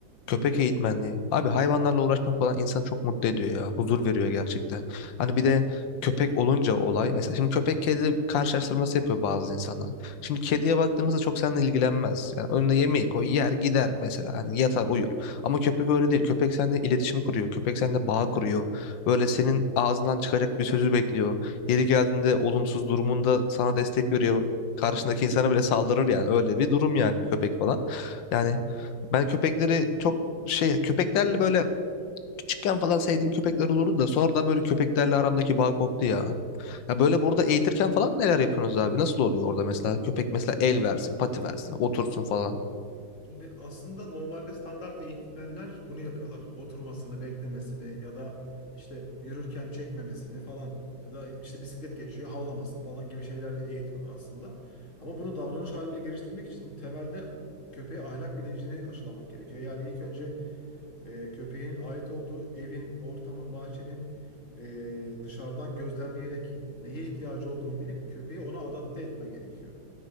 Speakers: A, on the left; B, on the left.
A: köpek eğitmenliği. Abi hayvanlarla uğraşmak falan insanı çok mutlu ediyor ya. Huzur veriyor gerçekten. Hani bir de köpek olunca olay. Mesela şimdi köpek kedi karşılaştırması yapıyor bazı insanlar. Şimdi kediye baktığımızda çok seninle ilgilenmez. Yani önüne yemeği koy yer gider mesela. Hani yatar uyur. Ama köpek öyle değil. Köpek seninle iletişim kuruyor. Köpek seninle bağ kuruyor. Böyle senin ağzından çıkacak bir sözü bekliyor. Yeri geldiğinde olumsuz durumunda sana destek veriyor. Karşındaki insana bile saldırır yani. Öyle bir durum yani köpek falan. Yani ben köpekleri çok şey köpeklerle böyle küçükken falan sevdiğim köpekler olurdu da sonradan böyle köpeklerle aramdaki bağ koptu ya. Ya böyle burada eğitirken falan neler yapıyorsunuz abi? Nasıl oluyor orada mesela? Köpek mesela el versin, pati versin, otursun falan.
B: Şimdi aslında normalde standart eğitmenler bunu yapıyorlar. Oturmasını, beklemesini ya da işte yürürken çekmemesini falan ya da işte bisiklet geçiyor havlamasın falan gibi şeyler eğitiyorlar aslında. Ama bunu davranış haline geliştirmek için temelde köpeğe ahlak bilincini aşılamak gerekiyor. Yani ilk önce e, köpeğin ait olduğu evin, ortamın, bahçenin e, dışarıdan gözlemleyerek neye ihtiyacı olduğunu bilip köpeği ona adapte etmen gerekiyor.